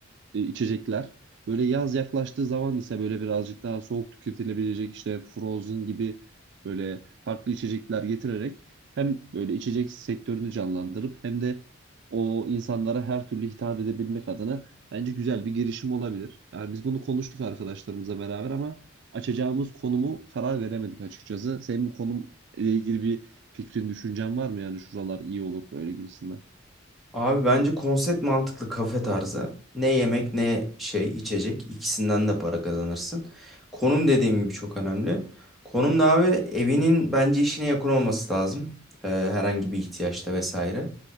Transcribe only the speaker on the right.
e, içecekler. Böyle yaz yaklaştığı zaman ise böyle birazcık daha soğuk tüketilebilecek işte Frozen gibi böyle farklı içecekler getirerek hem böyle içecek sektörünü canlandırıp hem de o insanlara her türlü hitap edebilmek adına bence güzel bir girişim olabilir. Yani biz bunu konuştuk arkadaşlarımızla beraber ama açacağımız konumu karar veremedik açıkçası. Senin bu konumla ilgili bir fikrin, düşüncen var mı? Yani şuralar iyi olur böyle gibisinden.